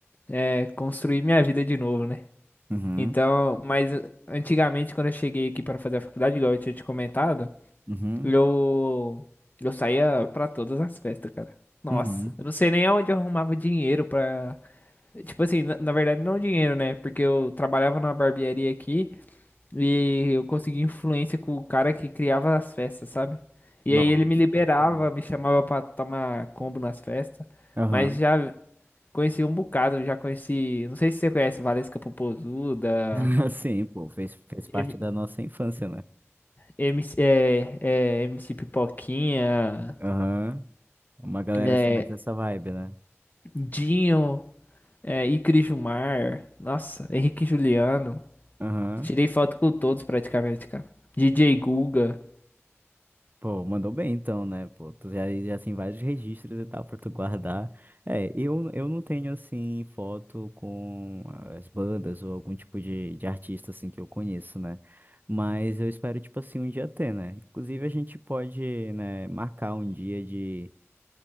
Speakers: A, on the left (about 40°); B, on the right (about 40°).
A: é, construir minha vida de novo, né?
B: Uhum,
A: Então, mas antigamente, quando eu cheguei aqui para fazer a faculdade, igual eu tinha te comentado,
B: uhum,
A: eu, eu saía pra todas as festas, cara. Nossa,
B: uhum.
A: eu não sei nem onde eu arrumava dinheiro pra. Tipo assim, na, na verdade, não dinheiro, né? Porque eu trabalhava numa barbearia aqui. E eu consegui influência com o cara que criava as festas, sabe? E
B: Nossa,
A: aí ele me liberava,
B: pode crer.
A: me chamava pra tomar combo nas festas.
B: Aham.
A: Mas já conheci um bocado, já conheci. Não sei se você conhece Valesca Popozuda,
B: <laughs> Sim, pô, fez, fez parte
A: M-
B: da nossa infância, né?
A: MC, é, é, MC Pipoquinha,
B: Aham. Uma galera
A: é,
B: assim, mais dessa vibe, né?
A: Dinho, é, Icri Jumar, nossa, Henrique Juliano.
B: Aham.
A: Tirei foto com todos praticamente, cara. DJ Guga.
B: Pô, mandou bem então, né? Pô, tu já, já tem vários registros e tal pra tu guardar. É, eu, eu não tenho, assim, foto com as bandas ou algum tipo de, de artista, assim, que eu conheço, né? Mas eu espero, tipo assim, um dia ter, né? Inclusive, a gente pode, né, marcar um dia de